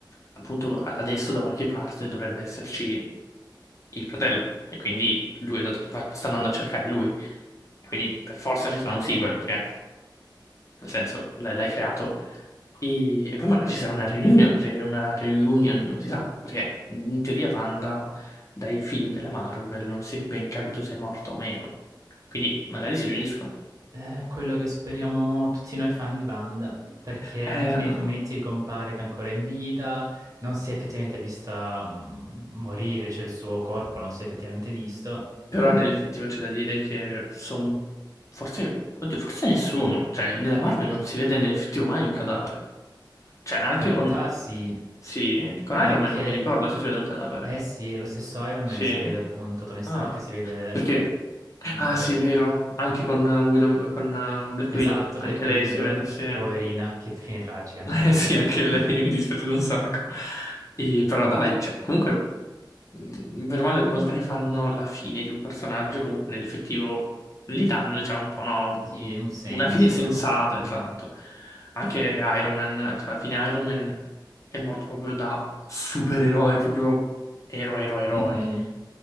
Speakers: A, on the left; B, on the right.
A: appunto a- adesso da qualche parte dovrebbe esserci il fratello e quindi lui è andato, va- sta andando a cercare lui e quindi per forza ci sarà un sequel perché nel senso l'hai l'hai creato e, e poi magari ci sarà una reunion, re- una reunion, non si sa perché in teoria Wanda dai film della Marvel non si è ben capito se è morta o meno quindi magari si riuniscono
B: È quello che speriamo tutti noi fan di Wanda, perché
A: Eh,
B: anche nei fumetti compare che è ancora in vita, non si è effettivamente vista mh, morire, cioè il suo corpo non si è effettivamente visto.
A: però nell'effettivo c'è da dire che sono forse, oddio, forse nessuno, cioè nella Marvel non si vede nell'effettivo mai un cadavere, cioè anche
B: In realtà
A: con
B: sì,
A: Sì, con
B: anche
A: Iron Man non mi ricordo se si vede un cadavere.
B: eh sì, lo stesso Iron
A: Sì?
B: Man si vede appunto, Tony Stark
A: Ah,
B: si vede
A: perché...
B: mh, un
A: Ah,
B: po'
A: sì, è vero. Anche con, eh, Widow- con eh, Black
B: Esatto,
A: Widow. Anche
B: Black
A: lei
B: Widow,
A: si vede, sì. <laughs>
B: poverina, che fine tragica anche lei.
A: Eh sì, anche lei
B: Mm.
A: mi dispiace un sacco. E, però dai, cioè, comunque mh, bene o male, ogni volta che fanno la fine di un personaggio, comunque nell'effettivo gli danno, diciamo, un po', no? un-
B: Sì, un senso.
A: Una fine sensata,
B: Mhm.
A: esatto. Anche Iron Man, cioè alla fine Iron Man è morto proprio da supereroe, proprio eroe, eroe, eroe.
B: Mhm.